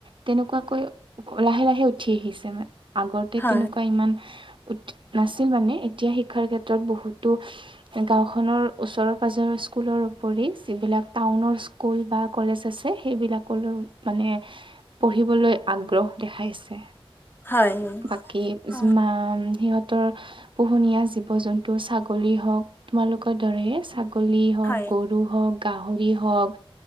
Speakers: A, on the right; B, on the left.
A: তেনেকুৱাকৈ লাহে লাহে উঠি আহিছে মানে আগতে
B: হয়
A: তেনেকুৱা ইমান উ নাছিল মানে এতিয়া শিক্ষাৰ ক্ষেত্ৰত বহুতো গাওখনৰ ওচৰৰ -পাজৰ স্কুলৰ উপৰি যিবিলাক টাউনৰ স্কুল বা কলেজ আছে সেইবিলাকলৈ মানে পঢ়িবলৈ আগ্ৰহ দেখাইছে।
B: হয় হয়
A: বাকী যিমান
B: অ
A: সিহঁতৰ পোহনীয়া জীৱ-জন্তু ছাগলী হওক তোমালোকৰ দৰেই ছাগ গলি হওক,
B: হয়
A: গৰু হওঁক, গাহৰি হওঁক